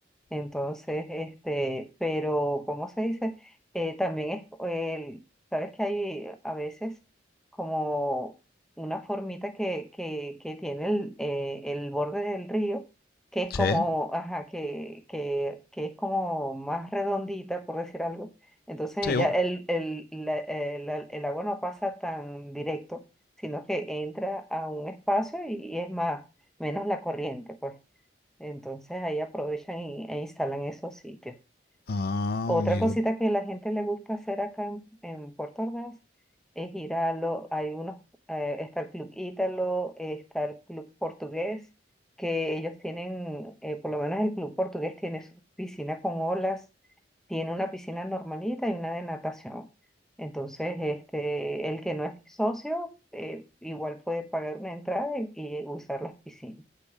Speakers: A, in the centre; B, on the left.
A: Entonces, este, pero, ¿cómo se dice? Eh, también es, el, sabes que hay a veces como una formita que, que, que tiene el, eh, el borde del río, que es como,
B: Sí,
A: ajá, que, que, que es como más redondita, por decir algo. Entonces,
B: sí.
A: ella, el, el, la- el la- el agua no pasa tan directo, sino que entra a un espacio y, y es más, menos la corriente, pues. Entonces ahí aprovechan y- e instalan esos sitios.
B: Ah,
A: Otra
B: amigo.
A: cosita que la gente le gusta hacer acá en, en Puerto Ordaz es ir a los, hay unos, eh, está el Club Ítalo, está el Club Portugués, que ellos tienen, eh, por lo menos el Club Portugués tiene su piscina con olas, tiene una piscina normalita y una de natación. Entonces, este, el que no es socio, eh, igual puede pagar una entrada y, y usar las piscinas.